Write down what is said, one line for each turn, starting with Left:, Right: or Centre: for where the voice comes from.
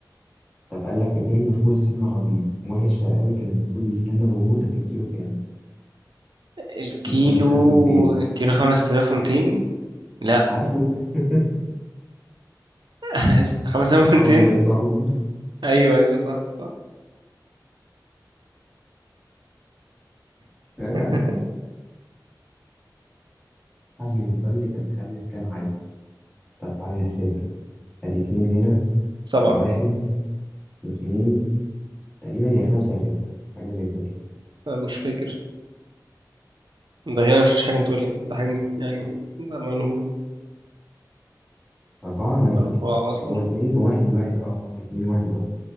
Centre: طب قال لك في فيلم فول الصين العظيم ماهي الشرقاوي كان المفروض يستنى بموته في الكيلو كام؟
Right: الكيلو
Centre: كيلو 5200
Right: الكيلو 5200 لا
Centre: عارفه؟ <laughs>
Right: <laughs> 5200
Centre: انا حافظ الصعب
Right: أيوه أيوه صح صح
Centre: عيب
Right: <laughs>
Centre: عليك حاج متولي كان مخلف كام عيل؟ طب تعالى نحسبها ادي اتنين هنا
Right: سبعة
Centre: وواحد واثنين تقريبا يا خمسة يا ستة حاجة زي كده
Right: أنا مش فاكر ده غير أنا مشفتش حاجة متولي ده حاجة يعني ده معلومة
Centre: أربعة نايس
Right: أربعة أصلا
Centre: هو اتنين وواحد واحد اه صح اتنين وواحد واحد